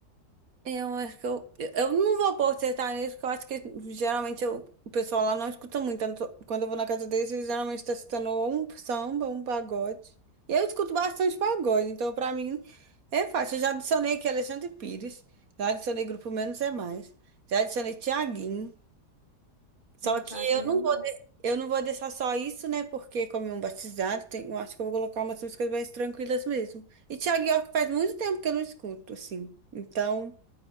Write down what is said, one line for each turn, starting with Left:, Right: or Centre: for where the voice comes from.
Right: Eu acho que eu, eu não vou acertar nisso, porque eu acho que geralmente eu- o pessoal lá não escuta muito. Tanto- Quando eu vou na casa deles, eles geralmente tá escutando ou um samba, ou um pagode. E eu escuto bastante pagode, então pra mim é fácil. Eu já adicionei aqui Alexandre Pires, já adicionei Grupo Menos é Mais, já adicionei Thiaguinho. Só
Left: Ai,
Right: que
Left: Thiaguinho
Right: eu não
Left: é bom.
Right: vou, de- eu não vou deixar só isso, né? Porque como é um batizado, tem- eu acho que eu vou colocar umas músicas mais tranquilas mesmo. E Thiaguinho é que faz muito tempo que eu não escuto, assim. Então.